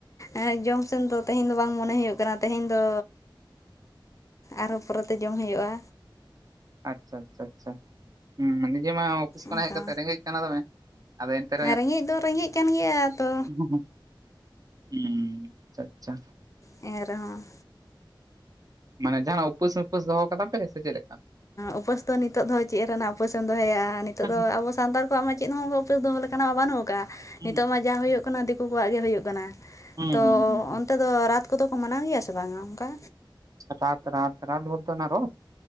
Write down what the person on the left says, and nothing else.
ᱦᱮᱸ ᱡᱚᱢ ᱥᱮᱱ ᱫᱚ ᱛᱮᱦᱮᱧ ᱫᱚ ᱵᱟᱝ ᱢᱚᱱᱮ ᱦᱩᱭᱩᱜ ᱠᱟᱱᱟ ᱛᱮᱦᱮᱧ ᱫᱚ ᱟᱨᱦᱚᱸ ᱯᱚᱨᱮᱛᱮ ᱡᱚᱢ ᱦᱩᱭᱩᱜᱼᱟ᱾
ᱚᱱᱠᱟ
ᱨᱮᱸᱜᱮᱡ ᱫᱚ ᱨᱮᱸᱜᱮᱡ ᱠᱟᱱ ᱜᱮᱭᱟ ᱛᱚ
ᱮᱱ ᱨᱮᱦᱚᱸ
ᱩᱯᱟᱹᱥ ᱫᱚ ᱱᱤᱛᱚᱜ ᱫᱚ ᱪᱮᱫ ᱨᱮᱱᱟᱜ ᱩᱯᱟᱹᱥ ᱮᱢ ᱫᱚᱦᱚᱭᱟ ᱱᱤᱛᱚᱜ
ᱫᱚ ᱟᱵᱚ ᱥᱟᱱᱛᱟᱲ ᱠᱚ ᱠᱚᱣᱟᱜ ᱢᱟ ᱪᱮᱫ ᱦᱚᱸ ᱩᱯᱟᱹᱥ ᱫᱚᱦᱚ ᱞᱮᱠᱟᱱ ᱢᱟ ᱵᱟᱹᱱᱩᱜ ᱟᱠᱟᱜᱼᱟ,
ᱱᱤᱛᱚᱜ ᱢᱟ ᱡᱟ ᱦᱩᱭᱩᱜ ᱠᱟᱱᱟ ᱫᱤᱠᱩ ᱠᱚᱣᱟᱜ ᱜᱮ ᱦᱩᱭᱩᱜ ᱠᱟᱱᱟ᱾
ᱛᱚ
ᱚᱱᱛᱮ ᱫᱚ ᱨᱟᱛ ᱠᱚᱫᱚ ᱠᱚ ᱢᱟᱱᱟᱣ ᱜᱮᱭᱟ ᱥᱮ ᱵᱟᱝᱟ ᱚᱱᱠᱟ?